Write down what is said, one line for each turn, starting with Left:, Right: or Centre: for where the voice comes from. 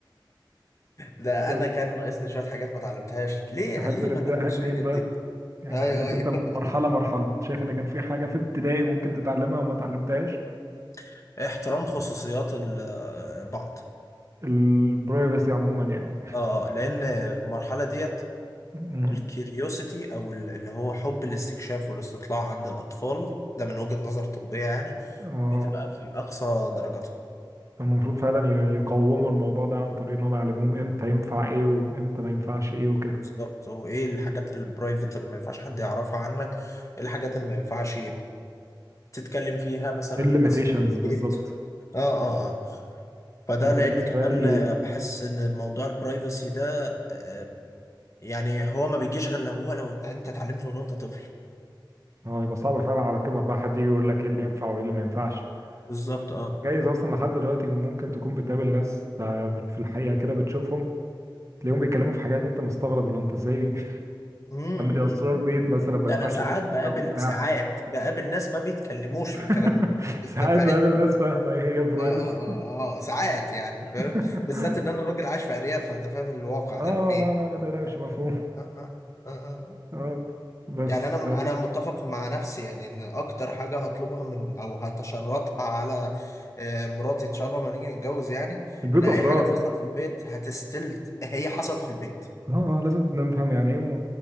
Left: ده
Right: طيب
Left: انا كان ناقصني شويه حاجات ما اتعلمتهاش ليه
Right: تحب
Left: ليه
Right: نبدأها
Left: ما اتعلمتش
Right: منين
Left: الحاجات
Right: بقى
Left: دي
Right: يعني
Left: ايوه
Right: حاجات
Left: ايوه
Right: انت مرحلة مرحلة انت شايف ان كان في حاجة في ابتدائي ممكن تتعلمها وما اتعلمتهاش
Left: <laughs> احترام خصوصيات ال- آه، بعض
Right: البرايفسي عموما يعني
Left: اه لان المرحله ديت
Right: مم.
Left: الكيوريوسيتي او ال- اللي هو حب الاستكشاف والاستطلاع عند الاطفال ده من وجهة نظر طبية يعني
Right: اه
Left: بتبقى في اقصى درجاتها
Right: كان المفروض فعلا ي- يقوموا الموضوع ده عن طريق انهم يعلموهم امتى ينفع ايه وامتى ما ينفعش ايه وكده
Left: بالظبط وايه الحاجات البرايفت اللي ما ينفعش حد يعرفها عنك ايه الحاجات اللي ما ينفعش تتكلم فيها مثلا
Right: ايه الليميتيشنز
Left: اسرار البيت
Right: بالظبط
Left: اه اه اه فده
Right: انا
Left: لان
Right: بالنسبه
Left: كمان
Right: لي
Left: آه، بحس ان موضوع البرايفسي ده آه، يعني هو ما بيجيش غير لو هو لو انت اتعلمته من وانت طفل
Right: اه هيبقى صعب فعلا على كبر بقى حد يجي يقول لك ايه اللي ينفع وايه اللي ما ينفعش
Left: بالظبط اه
Right: وجايز اصلا لحد دلوقتي ممكن تكون بتقابل ناس تع- في الحقيقه كده بتشوفهم تلاقيهم بيتكلموا في حاجات انت مستغرب اللي هو انت ازاي <laughs>
Left: مم.
Right: عم دي اسرار بيت مثلا ما
Left: ده
Right: ينفعش
Left: انا ساعات
Right: تقول
Left: بقابل
Right: كده وبتاع
Left: ساعات بقابل ناس ما بيتكلموش
Right: <laughs>
Left: في الكلام ده انت
Right: ساعات
Left: فاهم
Right: بقابل ناس فاهمه ايه هي البرايفسي
Left: اه اه اه اه آه، ساعات يعني
Right: <laughs>
Left: فاهم بالذات ان انا راجل عايش في ارياف فانت فاهم الواقع
Right: اه
Left: اللي انا فيه
Right: لا لا ما تقلقش مفهوم
Left: آه آه آه آه. آه.
Right: <laughs> اه بس
Left: يعني انا من انا متفق مع نفسي يعني ان اكتر حاجه هطلبها من او هتشرطها على آه، مراتي ان شاء الله لما نيجي نتجوز يعني
Right: البيوت
Left: ان اي
Right: اسرار
Left: حاجه تحصل في البيت هتستلت هي حصلت في البيت
Right: اه آه، لازم نفهم يعني ايه م-